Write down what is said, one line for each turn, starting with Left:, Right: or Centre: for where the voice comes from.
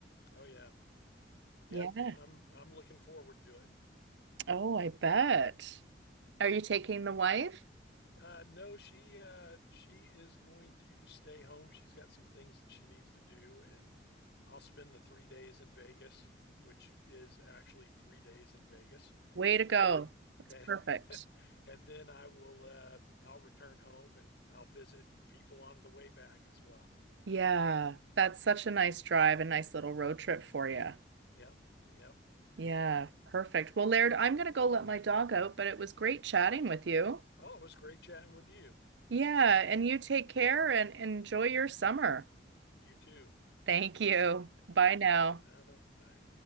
Left: Oh yeah. Yep.
Right: Yeah.
Left: I'm I'm looking forward to it.
Right: Oh, I bet. Are you taking the wife?
Left: Uh, no, she uh, she is going to stay home. She's got some things that she needs to do, and I'll spend the three days in Vegas, which is actually three days in Vegas,
Right: Way to
Left: and
Right: go.
Left: then
Right: That's
Left: <laughs>
Right: perfect.
Left: and then I will uh, I'll return home and I'll visit people on the way back as well.
Right: Yeah, that's such a nice drive, a nice little road trip for you.
Left: Yep, yep.
Right: Yeah, perfect. Well, Laird, I'm going to go let my dog out, but it was great chatting with you.
Left: Oh, it was great chatting with you.
Right: Yeah, and you take care and enjoy your summer.
Left: You too.
Right: Thank you. Bye
Left: I
Right: now.
Left: uh, I